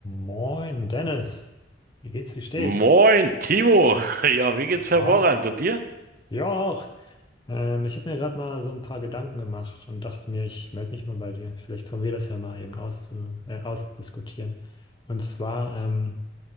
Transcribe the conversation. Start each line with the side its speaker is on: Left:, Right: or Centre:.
Left: Moin, Dennis. Wie geht's, wie steht's?
Right: Moin, Timo. <laughs> Ja, wie geht's
Left: Ja,
Right: hervorragend? Und dir?
Left: ja auch. Ähm, ich habe mir gerade mal so ein paar Gedanken gemacht und dachte mir, ich melde mich mal bei dir. Vielleicht können wir das ja mal eben auszu äh, ausdiskutieren. Und zwar, ähm,